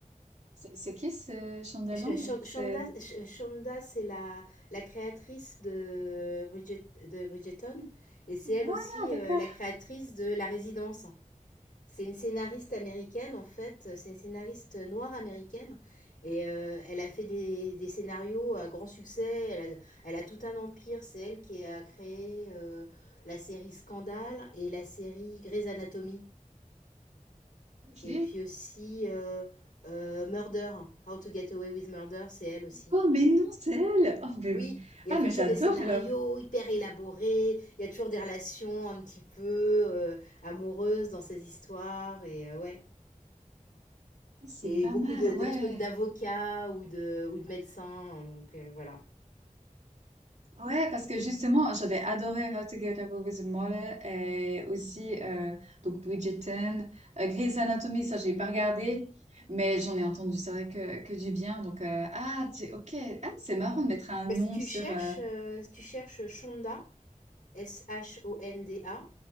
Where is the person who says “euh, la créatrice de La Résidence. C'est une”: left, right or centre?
Left